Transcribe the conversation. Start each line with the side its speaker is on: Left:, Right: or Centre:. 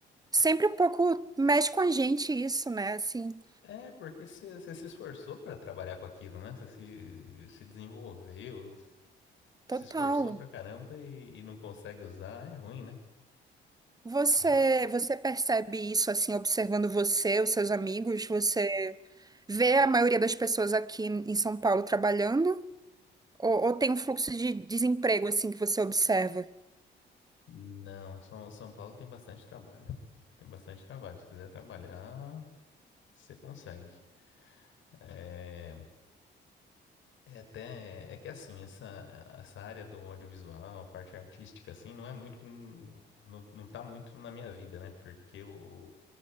Right: Sempre um pouco mexe com a gente isso, né? Assim,
Left: É, porque você você se esforçou pra trabalhar com aquilo, né? Você se, se desenvolveu, se
Right: total.
Left: esforçou pra caramba e, e não consegue usar, é ruim, né?
Right: Você,
Left: E-
Right: você percebe isso assim, observando você, os seus amigos? Você vê a maioria das pessoas aqui em São Paulo trabalhando? Ou, ou tem um fluxo de desemprego assim que você observa?
Left: Não, São, São Paulo tem bastante trabalho. Tem bastante trabalho. Se quiser trabalhar, você consegue. É, É até, é que assim, essa, essa área do audiovisual, parte artística, assim, não é muito, com- não, não tá muito na minha vida, né? Porque eu,